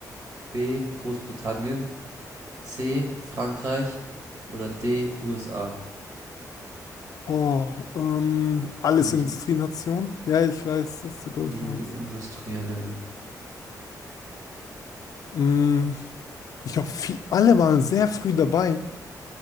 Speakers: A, on the right; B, on the left.
A: B. Großbritannien, C. Frankreich oder D. USA?
B: Oh, ähm, alles
A: Also die,
B: Industrienation. Ja, ich weiß, was du, glaube
A: die
B: ich, meinst.
A: industrielle.
B: Mm, ich glaube, alle waren sehr früh dabei,